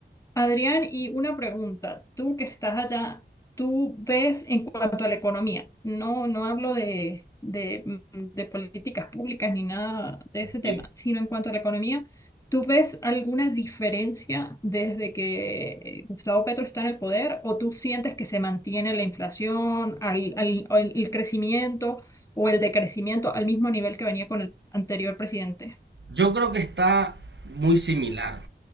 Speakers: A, on the left; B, on the right.
A: Adrián, y una pregunta. Tú que estás allá, ¿tú ves en cuanto a la economía? No, no hablo de, de, mm, de políticas públicas ni nada de ese tema,
B: Sí.
A: sino en cuanto a la economía, ¿tú ves alguna diferencia desde que eh, Gustavo Petro está en el poder o tú sientes que se mantiene la inflación, al, al- o el, el crecimiento o el decrecimiento al mismo nivel que venía con el anterior presidente?
B: Yo creo que está muy similar,